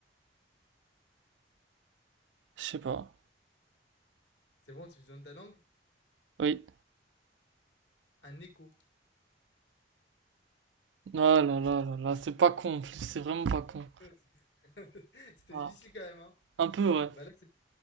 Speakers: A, on the right; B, on the left.
A: Je sais pas.
B: C'est bon, tu lui donnes ta langue?
A: Oui.
B: Un écho.
A: Oh là là là là, c'est pas con, en plus, c'est vraiment pas con.
B: <laughs> C'était
A: Ah,
B: difficile quand même, hein?
A: un peu, ouais.
B: Bah là, c'est